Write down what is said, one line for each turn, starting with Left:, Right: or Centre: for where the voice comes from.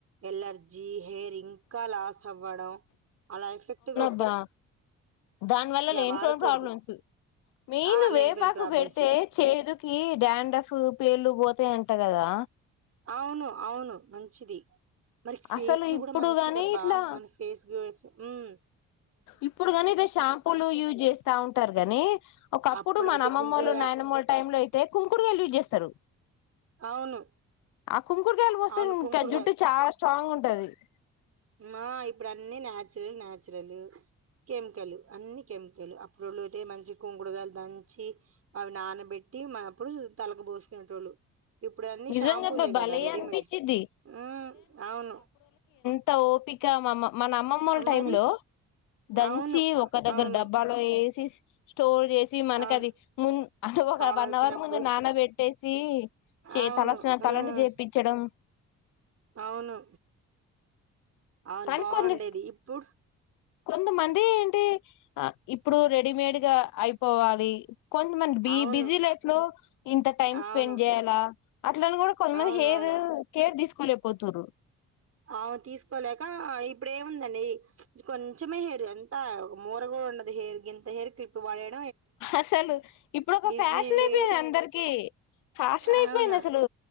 Right: ఎల్లర్ జీ హెయిర్ ఇంకా లాస్ అవ్వడం అలా ఎఫెక్ట్ కొ
Left: అబా దాని వల్లంట్లో
Right: వాడకూడదు.
Left: ప్రాబ్లమ్స్ మెయిన్
Right: ఆ! లేనిపోని
Left: వేపాకు
Right: ప్రాబ్లమ్స్.
Left: పెడితే చేదుకి డాండఫ్ పేలు పోతాయి అంటా కదా
Right: అవును అవును మంచిది మరి ఫేస్
Left: అసలు
Right: కి
Left: ఇప్పుడు
Right: కూడ మంచిదబ్బా
Left: గాని ఇట్లా
Right: మన ఫేస్ క ఉమ్
Left: ఇప్పుడు కాని ఇ షాంపూలు యూజ్ చేస్తా ఉంటారు గానీ ఒకప్పుడు
Right: అప్పుడైతే
Left: మాన అమ్మమ్మలు
Right: కుంకుడుగాయ
Left: నాయనమ్మలు టైమ్ లో అయితే కుంకుడుగాయలు యూజ్ చేస్తరు
Right: అవును.
Left: కుంకుడ్కాయలు పోసై
Right: అవును.
Left: ఇంకా
Right: కుంకుడుగాయ
Left: జుట్టు చాలా స్ట్రాంగ్ ఉంటుంది ఉంటది
Right: మా ఇప్పుడు అన్నిీ నాచురల్ నాచురలు కెమికలు అన్ని కెమికలు అప్పుడోళ్ళు అయితే మంచి కుంకుడుగాయలు దంచి అవి నానబెట్టి మరప్పుడు తలలకు పోోసుకునేటోళ్ళు ఇప్పుడు అన్నిీ
Left: నిజంగా
Right: షాంపూలే కదా
Left: భలే
Right: రెడీమేడ్
Left: అనిపించిద్ది
Right: ఉ అవును
Left: అంత ఓపిక మామ్మ మన అమ్మ మోళ్ళ
Right: ఆ,
Left: టైమ్
Right: మరి
Left: లో దంచి
Right: అవును
Left: ఒక దగ్గర
Right: అవును
Left: డబ్బాలో వేసి స్టోర్ చేసి మనకది
Right: అవును
Left: మున్ హవొక
Right: కావాల్సినప్పుడు
Left: వన్ అవర్ ముందు నానబెట్టేసి చేతల
Right: అవును
Left: స్
Right: ఉమ్
Left: తలంటు చేపిచ్చడం అహ్
Right: అవును అవును
Left: కానీ
Right: బావుండేది
Left: కొన్ని
Right: ఇప్పు
Left: కొంతమంది ఏంటి ఆ ఇప్ ఇప్పుడు రెడీమేడ్ గా అయిపోవాలి కొంతమంద్ బి
Right: అవును
Left: బిజీ లైఫ్ లో ఇంత టైం స్పెండ్
Right: అవును
Left: జేయల అట్లని కూడా కొంతమంది
Right: అవునవును
Left: హెయిర్ కేర్ తీసుకోలేకపోతుర్రు
Right: అవు తీసుకోలేక ఇప్పుడెముందండి కొంచమే హెయిర్ ఎంత ఒక మూర కూడా ఉండదు హెయిర్ గింత హెయిర్ క్లిప్ పడేత్
Left: అసలు ఇప్పుడు ఒక
Right: బిజీలీ
Left: ఫ్యాషనైపో యింది అందరికి ఫ్యాషన్
Right: అవును.
Left: అయిపోయింది అసలు